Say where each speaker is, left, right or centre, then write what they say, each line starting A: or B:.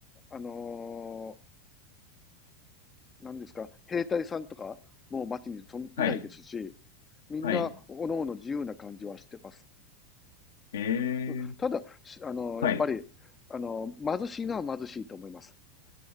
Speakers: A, on the left (about 20°); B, on the left (about 65°).
A: あのー、何ですか、兵隊さんとかもう街にそんいないですし、
B: はい、
A: みんな、
B: はい。
A: おのおの自由な感じはしてます。
B: ええ、
A: うん、ただ、あの、
B: はい。
A: やっぱり、あの、貧しいのは貧しいと思います。